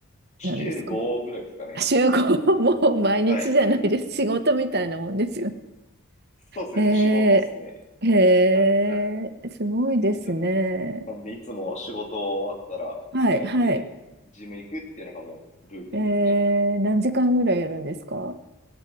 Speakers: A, on the left; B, on the right.
A: 週5ぐらいですかね。
B: なんですかあ <laughs> 週5、<laughs> もう毎日じゃないです。
A: はい。<laughs>
B: 仕事みたいなもんですよ
A: そうですね。
B: ね。
A: もう仕事っすね。
B: えー、えー、
A: なん、はい。
B: すごいですね。
A: いつも。なんで、いつも仕事終わったら着替えて、
B: はい、はい。
A: ジム行くっていうのがもうルーティンですね。
B: えー、何時間ぐらいやるんですか